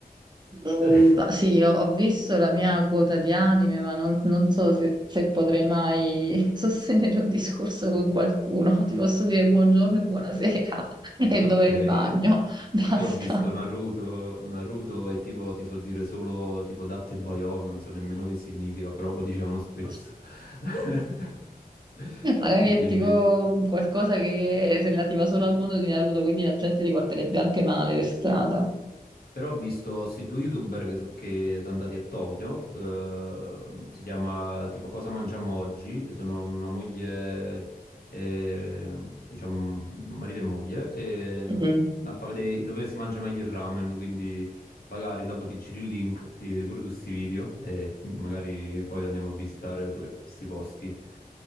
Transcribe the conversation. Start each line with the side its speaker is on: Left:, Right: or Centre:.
Right: Mm,
Left: <laughs>
Right: sì, ho, ho visto la mia quota di anime, ma non, non so se, se potrei mai <laughs> sostenere un discorso con qualcuno. Ti posso dire buongiorno e buonasera <laughs> e
Left: Ok,
Right: dov'è il
Left: io
Right: bagno? Basta.
Left: io ho visto Naruto, Naruto e tipo ti so dire solo tipo Datte Baio, non so nemmeno che significa, però lo dicevano spesso.
Right: Eh,
Left: <laughs>
Right: Magari
Left: E
Right: è
Left: quindi
Right: tipo qualcosa che è relativa solo al mondo di Naruto, quindi la gente li guarderebbe anche male per strada.
Left: Però ho visto questi due youtuber che, so- che sono andati a Tokyo, eh, si chiama tipo Cosa mangiamo oggi, sono una moglie, eh, diciamo un marito e moglie, e
Right: Mm.
Left: ehm, a fa vedere dove si mangia meglio il ramen, quindi magari dopo ti giri il link, ti vedi pure tu questi video e magari poi andiamo a visitare pure questi posti.